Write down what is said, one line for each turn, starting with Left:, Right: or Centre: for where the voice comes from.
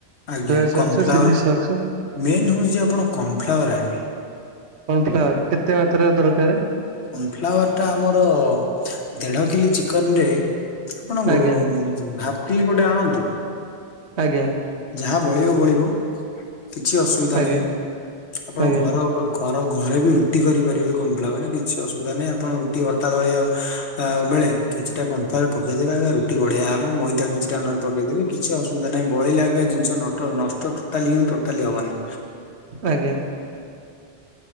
Left: ଆଜ୍ଞା।
Right: ସୋୟା ସକ୍ସ
Left: କର୍ନଫ୍ଲାୱାର
Right: ଚିଲି ସକ୍ସ
Left: ମେନ୍ ହେଉଛି ଆପଣ କର୍ନଫ୍ଲାୱାର ଆଣିବେ।
Right: କନଫ୍ଲାୱାର କେତେ ମାତ୍ରରେ ଦରକାର?
Left: କନଫ୍ଲାୱାର ଟା ଆମର ଦେଢ କିଲୋ ଚିକେନ ରେ ଆପଣ ଗୋ
Right: ଆଜ୍ଞା
Left: ହାଫ କିଲି ଗୋଟେ ଆଣନ୍ତୁ।
Right: ଆଜ୍ଞା।
Left: ଯାହା ବଳିବ ବଳିବ କିଛି ଅସୁବିଧା
Right: ଆଜ୍ଞା
Left: ନାହିଁ। ଆପଣ
Right: ଆଜ୍ଞା
Left: ଘର ଘର ଘରେ ବି ରୁଟି କରିପାରିବେ କନଫ୍ଳାୱାରେ କିଛି ଅସୁବିଧା ନାହିଁ ଆପଣ ରୁଟି ଅଟା ଦଳିବା ବେଳେ କିଛିଟା କନଫ୍ଳାୱାର ପକେଇଦେବେ ଆଜ୍ଞା ରୁଟି ବଢିଆ ହବ। ମଇଦ କିଛିଟା ନ ହେଲେ ପକେଇଦେବେ କିଛି ଅସୁବିଧା ନାହିଁ ବଳିଲା ଜିନିଷ ନଟ ନଷ୍ଟ ଟୋଟାଲି ହି ଟୋଟାଲି ହବନି।
Right: ଆଜ୍ଞା।